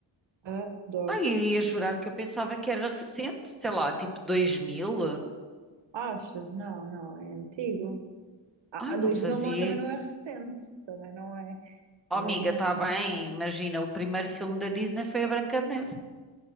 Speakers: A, on the right; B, in the centre.
A: adoro.
B: Ai, eu ia jurar que eu pensava que era recente, sei lá, tipo 2000.
A: Achas? Não, não, é antigo. A,
B: Ai,
A: a
B: não
A: 2000
B: fazia.
A: não, é- também não é recente, também não é.
B: Oh,
A: É
B: amiga,
A: mesmo
B: está
A: um filme.
B: bem. Imagina, o primeiro filme da Disney foi a Branca de Neve.